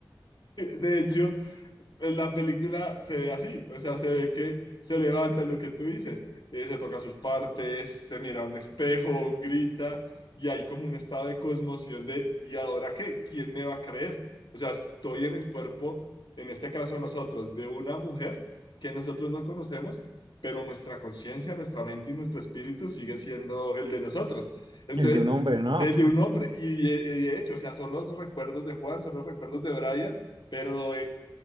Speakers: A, on the left; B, on the right.
A: De hecho, en la película se ve así, o sea, se ve que se levanta lo que tú dices, eh, se toca sus partes, se mira a un espejo, grita, y hay como un estado de cosmoción de, ¿y ahora qué? ¿Quién me va a creer? O sea, estoy en el cuerpo, en este caso nosotros, de una mujer que nosotros no conocemos, pero nuestra conciencia, nuestra mente y nuestro espíritu sigue siendo el de nosotros. Entonces,
B: el de un hombre, ¿no?
A: el de
B: <laughs>
A: un hombre, y, y de hecho, o sea, son los recuerdos de Juan, son los recuerdos de Brian, pero eh,